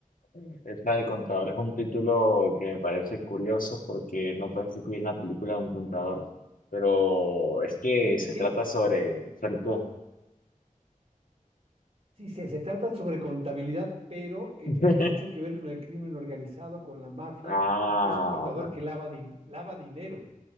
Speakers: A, on the left (about 75°); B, on the right (about 45°).
A: <laughs> esta del contador es un título que me parece curioso porque no pensé que hubiera una película de un contador, pero es que
B: Fíjate
A: se
B: que
A: trata sobre Felpo.
B: Sí, se, se trata sobre contabilidad, pero eh,
A: <laughs>
B: tiene mucho que ver con el crimen organizado, con la mafia,
A: Ah,
B: y es un contador que lava, din- lava dinero.